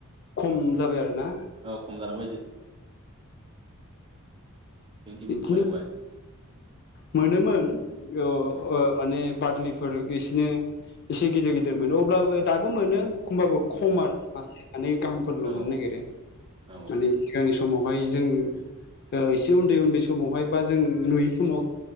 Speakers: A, on the left; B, on the right.
A: खम जाबाय आरोना।
B: औ खम जानां बायदो जोंथिसेबो
A: बिदिनो
B: खमायलांबाय
A: मोनोमोन औ
B: उम
A: ओ माने बारलिफोर बिसिनो एसे गिदिर गिदिर मोनो अब्लाबो दाबो मोनो एखमबाबो खम
B: उम
A: आरो मास मान गाहामफोरल'
B: औ
A: मोननो नागिरो
B: औ
A: मानि सिगांनि समावहाय जों एसे उन्दै उन्दै समावहाय बा जों नुयै समाव